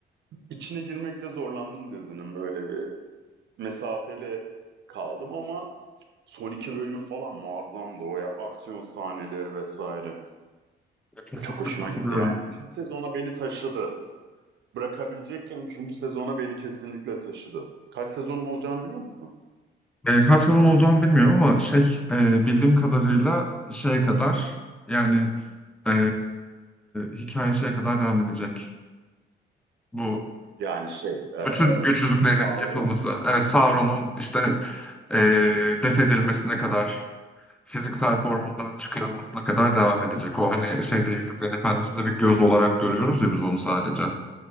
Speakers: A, on the right; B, in the centre.
A: içine girmekte zorlandım dizinin böyle bir mesafeli kaldım ama son iki bölümü falan muazzamdı o ya aksiyon sahneleri vesaire.
B: Kesinlikle
A: Çok hoşuma
B: katılıyorum.
A: gitti yani. Üçüncü sezona beni taşıdı. Bırakabilecekken üçüncü sezona beni kesinlikle taşıdı. Kaç sezon olacağını biliyor musun?
B: E, kaç yılın olacağını bilmiyorum ama şey e, bildiğim kadarıyla şeye kadar yani e, hikaye şeye kadar devam edecek. Bu
A: Yani şey, e,
B: bütün güç yüzüklerinin
A: Sauron.
B: yapılması, e, Sauron'un işte e, def edilmesine kadar, fiziksel formundan çıkarılmasına kadar devam edecek. O hani şeyde Yüzüklerin Efendisi'nde bir göz olarak görüyoruz ya biz onu sadece.